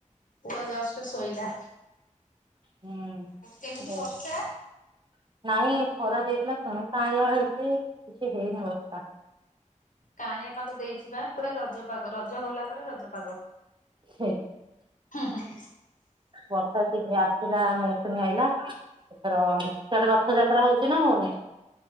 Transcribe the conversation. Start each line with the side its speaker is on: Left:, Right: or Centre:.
Left: ପୁଅ ଜଷ୍ଟ ଶୋଇଲା।
Right: ହୁଁ
Left: କେମିତି
Right: ବହୁ
Left: ବର୍ଷା
Right: ନାଇଁ ଖରା ଦେଇଥିଲା। ପୁଣି କାଉଁଳିଆ ହେଇଚି କିଛି ହେଇନି ବର୍ଷା।
Left: କାଉଁଳିଆ ପାଗ ଦେଇଚି ବା। ପୁରା ରଜପାଗ ରଜ ଗଲା ପରେ ରଜପାଗ।
Right: ସେ
Left: ହୁଁ ହୁଁ।
Right: ବର୍ଷା ସିଯିନ ଆସିଥିଲା ମୌସୁମୀ ଆଇଲା। ଏଥର ସିଆଡେ ରଥଯାତ୍ରା ହଉଚି ନା ହଉନି?